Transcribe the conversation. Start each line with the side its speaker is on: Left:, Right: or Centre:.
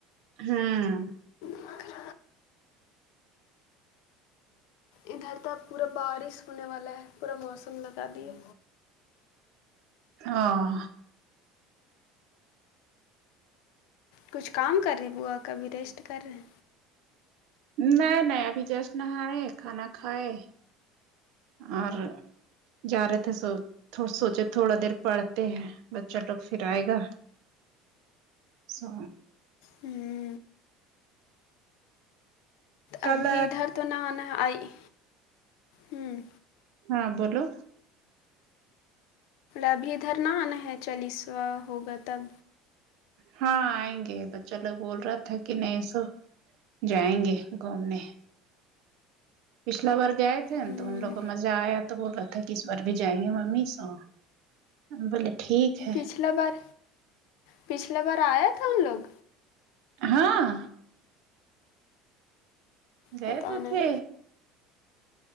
Right: ہوں
Left: بھر۔ ادھر تو پورا بارش ہونے والا ہے پورا موسم لگا دیا
Right: ہاں
Left: کچھ کام کر رہی بوا کا بھی ریسٹ کر رہے ہیں
Right: نئی نئی ابھی جسٹ نہاۓ کھانا کھائے اور جا رہے تھے سو تھ سوچے تھوڑا دیر پڑھتے ہیں بچہ لوگ پھر آئے گا سو
Left: ہوں
Right: کل
Left: ابھی ادھر تو نہ نہ آئی ہوں
Right: ہاں بولو
Left: ابھی ادھر نہ آنا ہے چالیسوا ہوگا تب
Right: ہاں آئیں گے بچہ لوگ بول رہا تھا کہ نہیں ای سو جائیں گے گھومنے پچھلا بار گئے تھے
Left: ہوں،
Right: ناں تو ان لوگ کو مزہ آیا تو بول رہا تھا کہ اس بار بھی جائیں گے ممی سو بولے ٹھیک ہے
Left: پچھلا بار پچھلا بار آیا تھا ہم لوگ
Right: ہاں گئے
Left: پتہ
Right: تو
Left: نہیں
Right: تھے